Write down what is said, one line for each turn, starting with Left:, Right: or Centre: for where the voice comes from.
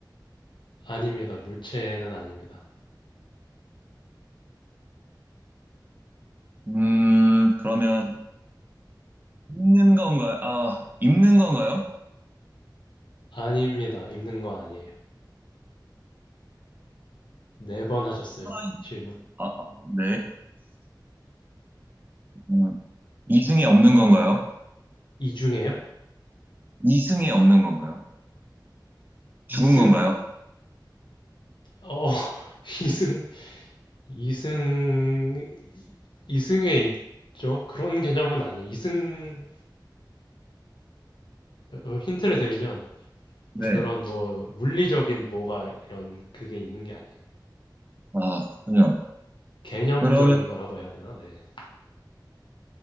Left: 아닙니다. 물체는 아닙니다.
Right: 음, 그러면 입는 건가요? 아, 입는 건가요?
Left: 아닙니다. 입는 건 아니에요. 네 번 하셨어요.
Right: 살아있-
Left: 질문.
Right: 아, 아, 네. 음, 이승에 없는 건가요?
Left: 이 중에요?
Right: 이승에 없는 건가요?
Left: 이승,
Right: 죽은 건가요?
Left: 어, <laughs> 이승, 이승, 이승에 있죠? 그런 개념은 아니에요. 이승, 어, 힌트를 드리면,
Right: 네.
Left: 그런 뭐, 물리적인 뭐가 이런 그게 있는 게 아니에요.
Right: 아, 그렇군요.
Left: 개념적인
Right: 그러면
Left: 거라고 해야 되나? 네.